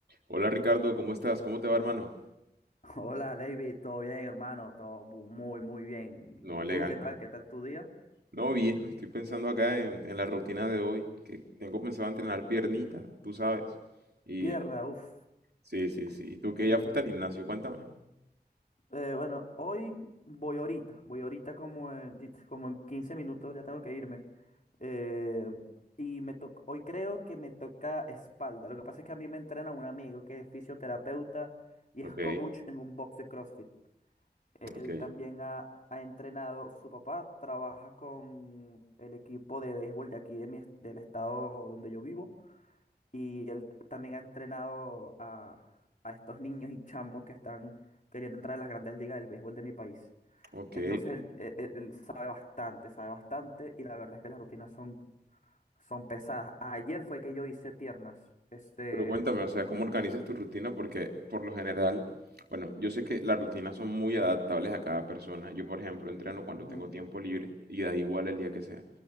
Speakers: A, on the right; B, on the left.
A: Hola Ricardo, ¿cómo estás? ¿Cómo te va, hermano?
B: Hola David, todo bien hermano, todo bu- muy muy bien. ¿Y
A: No, elegante.
B: tú qué tal? ¿Qué tal tu día?
A: No, bien, estoy pensando acá en, en la rutina de hoy, que tengo pensado entrenar piernita, tú sabes. Y
B: Pierna, uff.
A: sí, sí, sí. ¿Y tú que
B: Sí.
A: ya fuiste al gimnasio? Cuéntame.
B: Eh, bueno, hoy voy ahorita, voy ahorita como en, lit- como en 15 minutos, ya tengo que irme. Eh, y me toc- hoy creo que me toca espalda. Lo que pasa es que a mí me entrena un amigo que es fisioterapeuta y es
A: Ok,
B: coach en un box de CrossFit. Él
A: ok,
B: también ha, ha entrenado, su papá trabaja con el equipo de béisbol de aquí de mi, est- del estado donde yo vivo. Y él también ha entrenado a, a estos niños y chamos que están queriendo entrar a las grandes ligas del béisbol de mi país.
A: ok.
B: Entonces él, él- él- él sabe bastante, sabe bastante y la verdad es que las rutinas son, son pesadas. Ayer fue que yo hice piernas. Este,
A: Pero cuéntame, o sea, ¿cómo organizas tu rutina? Porque por lo general, bueno, yo sé que las rutinas son muy adaptables a cada persona. Yo, por ejemplo, entreno cuando
B: ujú,
A: tengo tiempo libre y da igual el día que sea.